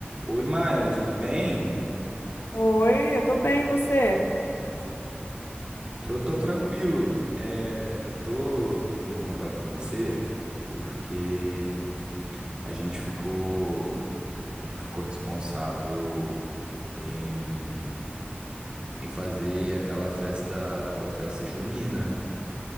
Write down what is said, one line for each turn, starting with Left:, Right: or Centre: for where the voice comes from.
Right: Oi, Maila, tudo bem?
Left: Oi, eu tô bem, e você?
Right: Tô, tô tranquilo. É, eu tô entrando em contato com você porque a gente ficou, a gente ficou responsável em, em fazer aquela festa, aquela festa junina.